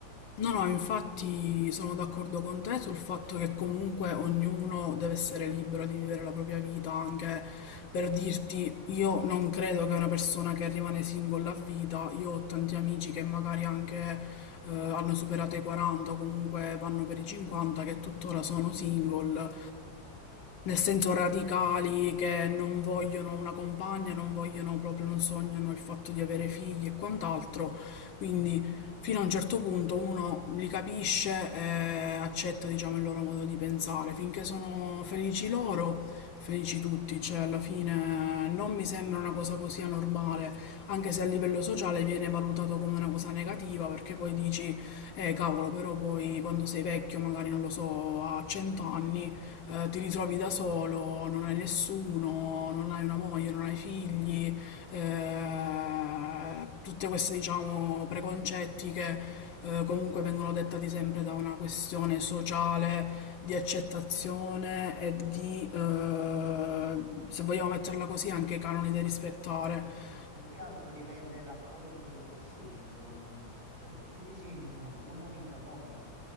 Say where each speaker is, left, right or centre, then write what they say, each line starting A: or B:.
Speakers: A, on the left; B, on the right.
A: No, no, infatti sono d'accordo con te sul fatto che comunque ognuno deve essere libero di vivere la propria vita, anche per dirti, io non credo che una persona che rimane single a vita, io ho tanti amici che magari anche eh, hanno superato i 40 o comunque vanno per i 50, che tuttora sono single. Nel senso radicali che non vogliono una compagna, non vogliono proprio, non sognano il fatto di avere figli e quant'altro. Quindi fino a un certo punto uno li capisce e accetta, diciamo, il loro modo di pensare. Finché sono felici loro, felici tutti. Cioè, alla fine non mi sembra una cosa così anormale, anche se a livello sociale viene valutato come una cosa negativa, perché poi dici, eh, cavolo, però poi quando sei vecchio, magari non lo so, a 100 anni eh, ti ritrovi da solo, non hai nessuno, non hai una moglie, non hai figli, eh, tutte queste, diciamo, preconcetti che eh, comunque vengono dettati sempre da una questione sociale di accettazione e di, eh, se vogliamo metterla così, anche canoni da rispettare.
B: Ma più che altro dipende, raccogli quello che semini, secondo me. Cioè, se tu ti semini una buona vita con